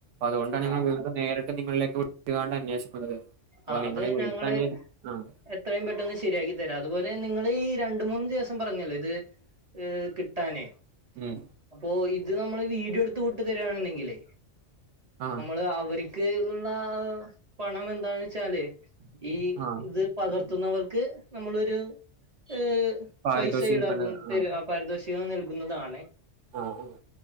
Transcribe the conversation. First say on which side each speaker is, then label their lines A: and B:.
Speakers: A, on the right; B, on the right.
A: അതുകൊണ്ടാണ്
B: ആഹ്
A: ഞങ്ങൾ വീണ്ടും നേരിട്ട് നിങ്ങളിലേക്ക് <unintelligible> കാണ്ട് അന്വേഷിച് അതെ അപ്പൊ
B: ആഹ്
A: നിങ്ങളെ
B: അത്
A: വിളിക്കാന്നീ
B: ഞങ്ങള്
A: ആഹ്
B: എത്രയും പെട്ടെന്ന് ശരിയാകി തരാം അതുപോലെ നിങ്ങളീ രണ്ട് മൂന്ന് ദിവസ് സം പറഞ്ഞല്ലൊ ഇത് ഏഹ് കിട്ടാന്
A: ഉം
B: അപ്പോ ഇത് നമ്മള് വീടിയോ ഇട്ത്ത് വിട്ടു തരാണെങ്കിലെ
A: ആഹ്
B: നമ്മള് അവര്ക് ക്ക് കുന്നാ പണം എന്താണ്ന്ന് വെച്ചാല് ഈ
A: ആഹ്
B: ഇത് പകർത്തുന്നവർക്ക് നമ്മളൊര് ഏഹ്
A: പാരിതോഷികം
B: പൈസ ഈടാക്കും
A: കണ്ടത്
B: തരും
A: ആഹ്
B: ആ പരിതോഷ് പിഴ നൽകുന്നതാണ്
A: ആഹ് ആഹ്